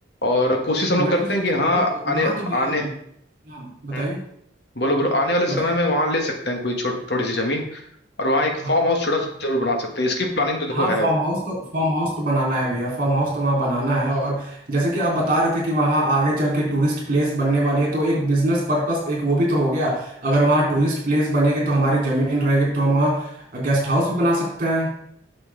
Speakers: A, on the left; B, on the right.
A: और कोशिश हम लोग
B: मैं
A: करते
B: तो सोच
A: हैं कि
B: मतलब
A: हाँ आने
B: वहाँ तो भैया
A: आने
B: हाँ बताइए
A: हम्म, बोलो बोलो आने वाले समय
B: बताइए
A: में
B: बताइए
A: वहाँ ले सकते हैं कोई छो, थोड़ी सी जमीन और वहाँ एक
B: हाँ
A: फार्म हाउस छोटा सा जरूर बना सकते हैं इसकी प्लानिंग तो देखो
B: हाँ
A: है
B: फार्म हाउस तो फार्म हाउस तो बनाना है भैया फार्म हाउस तो वहाँ बनाना है और जैसे कि आप बता रहे थे कि वहाँ आगे चल के टूरिस्ट प्लेस बनने वाली है तो एक बिजनेस पर्पस एक वो भी तो हो गया अगर वहाँ टूरिस्ट प्लेस बनेगी तो हमारी जमीन रहेगी तो हम वहाँ गेस्ट हाउस भी बना सकते हैं